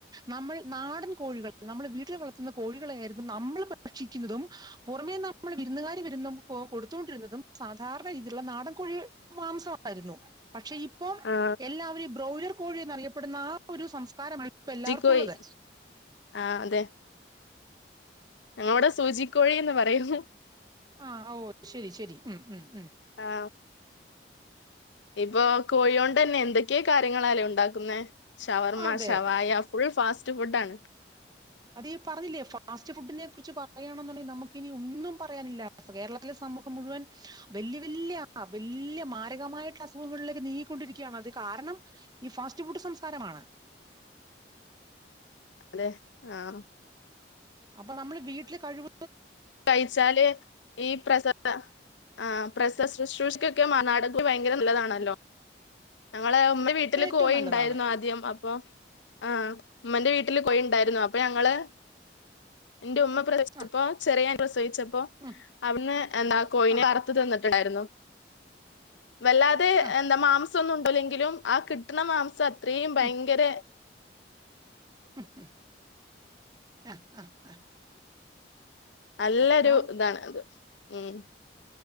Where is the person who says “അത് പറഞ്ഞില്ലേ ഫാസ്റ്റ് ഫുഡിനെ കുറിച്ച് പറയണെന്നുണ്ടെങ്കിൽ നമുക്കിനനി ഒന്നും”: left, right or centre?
Right